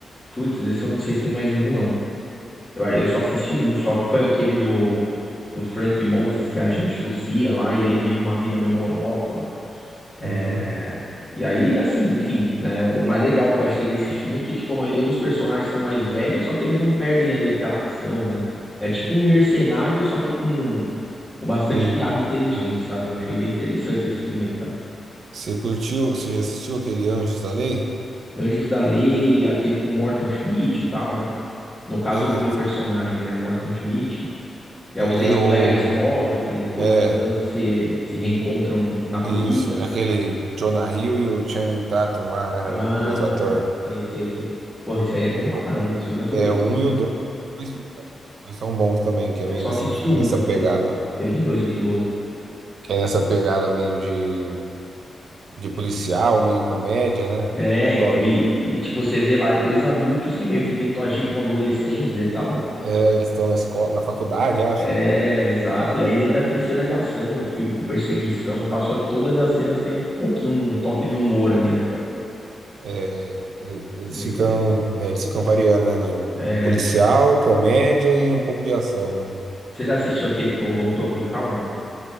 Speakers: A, in the centre; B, on the right (about 70°).
A: Putz, esse eu não sei se tem mais de um, não. Eu, eu só assisti um só, que foi aquele do, do Frank Moses, que é agente do CIA lá, e ele vive uma vida meio monótona. É,
B: Uhum.
A: E aí, assim, enfim, né? O mais legal que eu achei desse filme é que, tipo, a maioria dos personagens são mais velhos, só que eles não perdem ali aquela ação, né? É tipo um mercenário, só que com, com bastante
B: Sim.
A: piada inteligente, sabe? Eu achei bem interessante esse filme aí, cara.
B: Você curtiu, você já assistiu aquele Anjos da Lei?
A: Anjos da Lei, aquele com Morton Schmidt e tal, né? No caso,
B: É,
A: o nome do personagem, né? Morton Schmidt. Já
B: é,
A: os ex-colegas
B: é o.
A: de escola que depois
B: É,
A: de uns anos se, se reencontram na polícia,
B: isso. É
A: né?
B: aquele Jonah Hill e o Channing Tatum lá, né?
A: Ah,
B: Os dois atores.
A: é isso aí, isso aí. Porra, esse aí é bom
B: Bom,
A: pra caramba, esse filme eu adorei
B: é o
A: assistir.
B: um e o dois. Dois filmes, acho que Os dois são bons também, que é
A: Eu
B: meio
A: só
B: nesse,
A: assisti um,
B: nessa
A: que é
B: pegada,
A: aquele,
B: né?
A: aquele de 2012.
B: Que é nessa pegada meio de, de policial, meio comédia, né?
A: É,
B: É top.
A: então, e, e, tipo, você vê lá dois adultos que meio que tentam agir como adolescentes e tal.
B: É, eles estão na escola, na faculdade, acho.
A: É, exato. E aí ainda tem cena de ação no filme, com perseguição e tal. Só que todas as cenas têm um pouquinho, um toque de humor ali, né, cara?
B: É, é, eles
A: É bem
B: ficam,
A: interessante.
B: é, eles ficam variando, né? No, no-
A: É.
B: no policial, comédia e um pouco de ação, né?
A: Você já assistiu aquele Trovão Tropical, não?